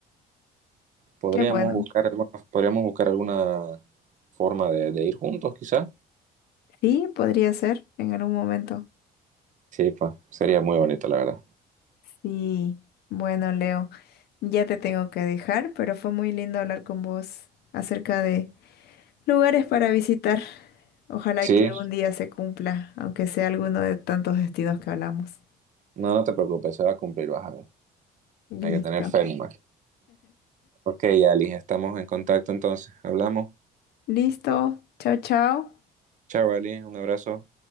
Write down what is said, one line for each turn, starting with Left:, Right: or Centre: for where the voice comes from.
Right: Podríamos
Left: Qué bueno.
Right: buscar alguna, podríamos buscar alguna forma de, de ir juntos, quizás.
Left: Sí, podría ser en algún momento.
Right: Sí, pues, sería muy bonito, la verdad.
Left: Sí. Bueno, Leo, ya te tengo que dejar, pero fue muy lindo hablar con vos acerca de lugares para visitar. Ojalá
Right: Sí,
Left: que un día se cumpla, aunque sea alguno de tantos destinos que hablamos.
Right: no, no te preocupes, se va a cumplir, vas a ver.
Left: Listo.
Right: Hay que tener fe nomás. Ok, Ali, estamos en contacto entonces. Hablamos.
Left: Listo. Chao, chao.
Right: Chao, Ali, un abrazo.